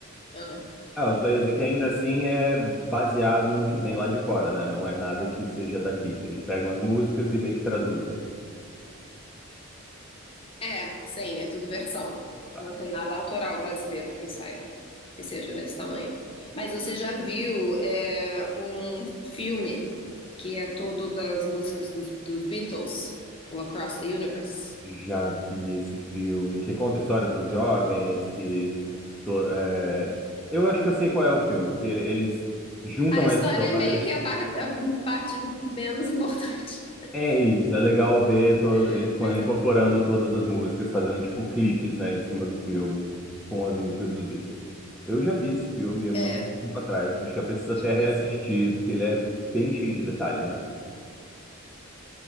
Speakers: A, on the left; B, in the centre.
A: ah,
B: Ah, eu só ia dizer que ainda assim é baseado no que vem lá de fora, né? Não é nada que seja daqui. Eles pegam as músicas e meio que traduzem.
A: É, sim, é tudo versão.
B: Tá.
A: Não tem nada autoral brasileiro que eu saiba que seja nesse tamanho. Mas você já viu é, um filme que é todo das músicas dos, dos Beatles, o Across the Universe?
B: Já vi esse filme que conta a história de uns jovens que. to- é, Eu acho que eu sei qual é o filme, que ele- eles juntam
A: A história
B: a história.
A: é meio que a, par- a parte menos importante,
B: É isso, é legal ver to-
A: <laughs>
B: eles
A: mas
B: co- incorporando
A: é,
B: todas as músicas, fazendo tipo clipes, né, em cima do filme, com as músicas dos Beatles. Eu já vi esse filme há muito
A: é,
B: tempo atrás, acho que eu preciso até
A: tipo
B: reassistir,
A: isso.
B: porque ele é bem cheio de detalhe, né?